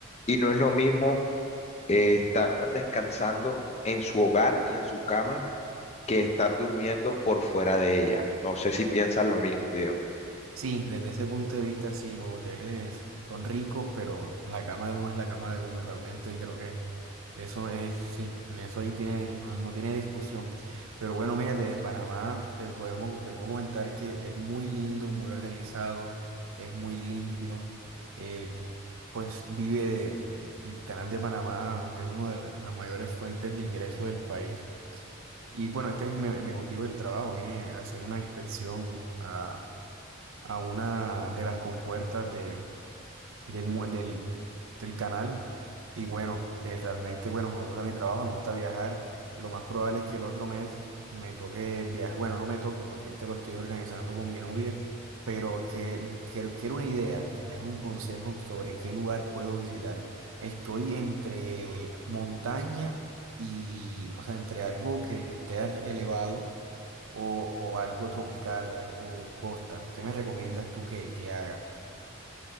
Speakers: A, on the left (about 30°); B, on the right (about 80°).
A: Y no es lo mismo eh, estar descansando en su hogar y en su cama que estar durmiendo por fuera de ella. No sé si piensan lo mismo, Diego.
B: Sí, desde ese punto de vista, sí, los hoteles son ricos, pero la cama de uno es la cama de uno realmente y creo que eso es, sí, en eso ahí tiene, no, no tiene discusión. Pero bueno, mira, desde Panamá te podemos, te puedo comentar que es muy lindo, muy organizado, es muy limpio, eh, pues vive de, eh, el canal de Panamá es una de las mayores fuentes de ingreso del país. Y bueno, este es mi, mi motivo del trabajo, vine a hacer una inspección a a una de las compuertas de, del, mu- del, del canal. Y bueno, eh, realmente, bueno, me gusta mi trabajo, me gusta viajar. Lo más probable es que el otro mes me toque viajar. Bueno, no me toque porque este lo estoy organizando con mi novia, pero que, quiero quiero una idea, que me des un consejo sobre qué lugar puedo visitar. Estoy entre montaña y, o sea, entre algo que, que esté elevado o, o algo tropical o algo costa. ¿Qué me recomiendas tú que, que haga?